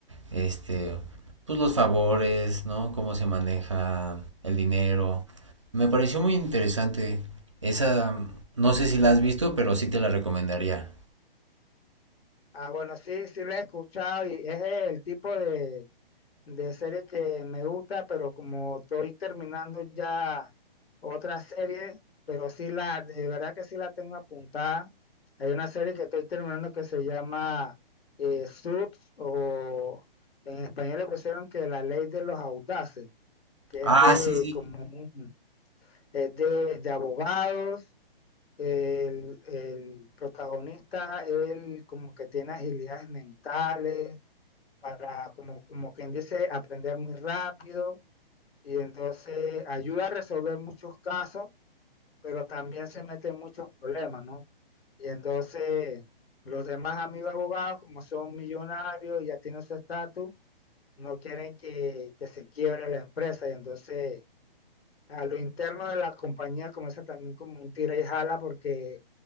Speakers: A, on the right (about 30°); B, on the left (about 85°).
A: este, pues los favores, ¿no? Cómo se maneja el dinero. Me pareció muy interesante. Esa, no sé si la has visto, pero sí te la recomendaría.
B: Ah, bueno, sí, sí la he escuchado y es el tipo de, de serie que me gusta, pero como estoy terminando ya otra serie, pero sí la, de verdad que sí la tengo apuntada. Hay una serie que estoy terminando que se llama eh, Suits, o en español le pusieron que la ley de los audaces, que
A: Ah,
B: es de
A: sí, sí.
B: como un- es de, de abogados. El, el protagonista, él como que tiene agilidades mentales, para, como, como quien dice, aprender muy rápido y entonces ayuda a resolver muchos casos, pero también se mete en muchos problemas, ¿no? Y entonces los demás amigos abogados, como son millonarios y ya tienen su estatus, no quieren que, que se quiebre la empresa y entonces a lo interno de la compañía comienza también como un tira y jala porque